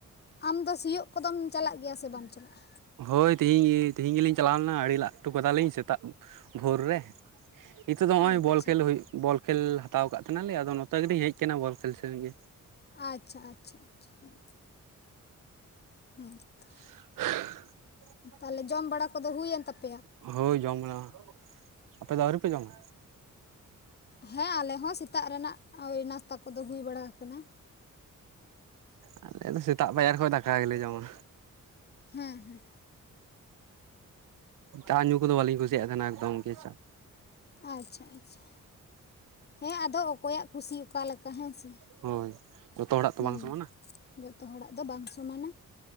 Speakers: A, on the left; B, on the right.
A: ᱟᱢ ᱫᱚ ᱥᱤᱭᱳᱜ ᱠᱚᱫᱚᱢ ᱪᱟᱞᱟᱜ ᱜᱮᱭᱟ ᱥᱮ ᱵᱟᱢ ᱪᱟᱞᱟᱜ-ᱟ?
B: ᱦᱳᱭ ᱛᱤᱦᱤᱧ ᱛᱤᱦᱤᱧ ᱜᱮᱞᱤᱧ ᱪᱟᱞᱟᱣ ᱞᱮᱱᱟ ᱟᱹᱲᱮ ᱞᱟᱜ ᱦᱚᱴᱚ ᱠᱟᱫᱟᱞᱤᱧ ᱥᱮᱛᱟᱜ ᱵᱷᱳᱨ ᱨᱮ᱾ ᱱᱤᱛᱚᱜ ᱫᱚ ᱦᱚᱜ-ᱚᱭ
A: ᱟᱪᱪᱷᱟ
B: ᱵᱚᱞ ᱠᱷᱮᱞ ᱦᱩᱭᱩᱜ ᱵᱚᱞ ᱠᱷᱮᱞ ᱦᱟᱛᱟᱣ ᱟᱠᱟᱫ ᱛᱟᱦᱮᱱᱟᱞᱮ ᱟᱫᱚ ᱱᱚᱛᱮ ᱜᱮᱞᱤᱧ ᱦᱮᱡ ᱟᱠᱟᱱᱟ ᱵᱚᱞ ᱠᱷᱮᱞ ᱥᱮᱫᱚ ᱜᱮ᱾
A: ᱟᱪᱪᱷᱟ ᱟᱪᱪᱷᱟ ᱟᱪᱪᱷᱟ ᱦᱮᱸ ᱛᱚ,
B: <unintelligible>
A: ᱛᱟᱦᱚᱞᱮ ᱡᱚᱢ ᱵᱟᱲᱟ ᱠᱚᱫᱚ ᱦᱩᱭᱮᱱ ᱛᱟᱯᱮ
B: ᱦᱳᱭ ᱡᱚᱢ ᱵᱟᱲᱟ, ᱟᱯᱮ ᱫᱚ ᱟᱹᱣᱨᱤᱯᱮ ᱡᱚᱢᱟ?
A: ᱦᱮᱸ ᱟᱞᱮ ᱦᱚᱸ ᱥᱮᱛᱟᱜ ᱨᱮᱱᱟᱜ ᱳᱭ ᱱᱟᱥᱛᱟ ᱠᱚᱫᱚ ᱦᱩᱭ ᱵᱟᱲᱟ ᱟᱠᱟᱱᱟ᱾
B: ᱚᱸ ᱟᱞᱮ ᱫᱚ ᱥᱮᱛᱟᱜ ᱯᱟᱭᱟᱨ ᱠᱷᱚᱡ ᱫᱟᱠᱟ ᱜᱮᱞᱮ ᱡᱚᱢᱟ᱾
A: ᱦᱮᱸᱦᱮᱸ,
B: ᱪᱟ ᱧᱩ ᱠᱚᱫᱚ ᱵᱟᱹᱞᱤᱧ ᱠᱩᱥᱤᱭᱟᱜ ᱛᱟᱦᱮᱱᱟ ᱮᱠᱫᱚᱢ ᱜᱮ ᱪᱟ
A: ᱟᱪᱪᱷᱟ ᱟᱪᱪᱷᱟ, ᱦᱮᱸ ᱟᱫᱚ ᱚᱠᱚᱭᱟᱜ ᱠᱩᱥᱤ ᱚᱠᱟ ᱞᱮᱠᱟ ᱦᱮᱸ ᱥᱮ,
B: ᱦᱳᱭ ᱡᱷᱚᱛᱚ ᱦᱚᱲᱟᱜ ᱛᱚ
A: ᱦᱩᱸ
B: ᱵᱟᱝ ᱥᱚᱢᱚᱱᱟ ᱾
A: ᱡᱚᱛᱚ ᱦᱚᱲᱟᱜ ᱫᱚ ᱵᱟᱝ ᱥᱚᱢᱟᱱᱟ,